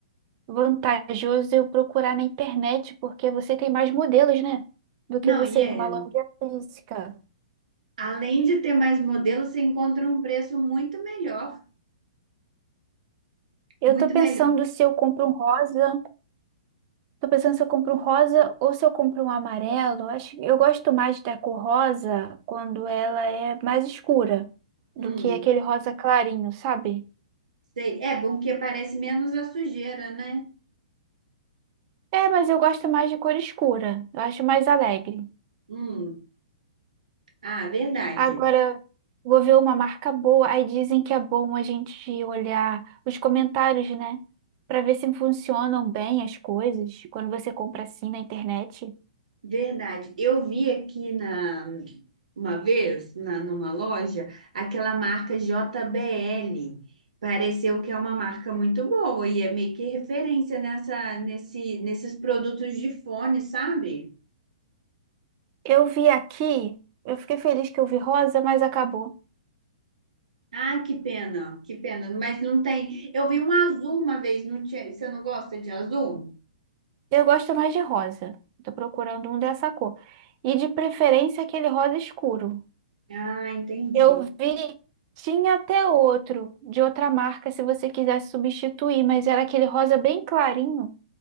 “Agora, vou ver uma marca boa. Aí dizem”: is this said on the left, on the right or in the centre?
Right